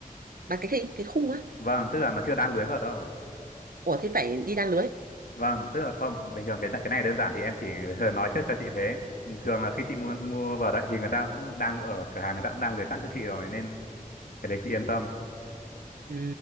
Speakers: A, on the right; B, on the left.
A: mà cái cái cái khung á
B: Vâng, tức là nó chưa đan lưới vào đâu.
A: ủa thế phải đi đan lưới
B: Vâng, tức là không, bình thường cái cái này đơn giản thì em chỉ <laughs> thường nói trước cho chị thế. Thường là khi chị mua mua vở đấy thì người ta cũng đan lưới ở cửa hàng người ta cũng đan lưới sẵn cho chị rồi nên cái đấy chị yên tâm.
A: Ừ,